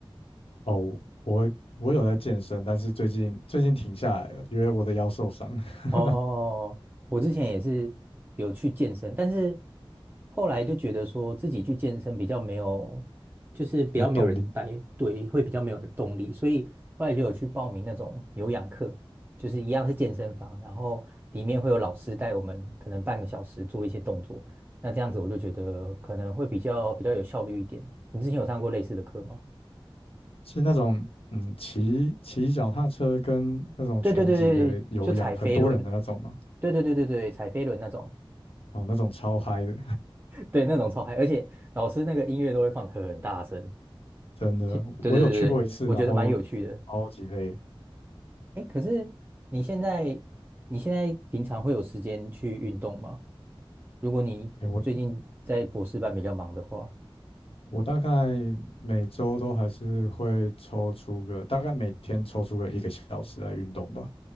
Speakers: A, on the left; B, on the right.
A: 哦，我我有在健身，但是最近最近停下来了，因为我的腰受伤，<laughs>
B: 哦，哦哦我之前也是有去健身，但是后来就觉得说自己去健身比较没有，就是比较没有人带，
A: 没有动力。
B: 对，会比较没有动力，所以后来就有去报名那种有氧课，就是一样是健身房，然后里面会有老师带我们，可能半个小时做一些动作，那这样子我就觉得可能会比较比较有效率一点。你之前有上过类似的课吗？
A: 是那种嗯，骑骑脚踏车跟那种拳击的有氧，
B: 对对对对，就踩飞轮，
A: 很多人的那种嘛。
B: 对对对对对，踩飞轮那种。
A: 哦，那种超嗨的，
B: 对，那种超嗨，而且老师那个音乐都会放很大声。
A: <laughs> 真的，
B: 其对对对对，
A: 我有去过一次，
B: 我觉得蛮有趣的。
A: 然后超级累。
B: 哎，可是你现在你现在平常会有时间去运动吗？如果你最近在博士班比较忙的话，
A: 哎，我我大概每周都还是会抽出个，大概每天抽出个一个小时来运动吧。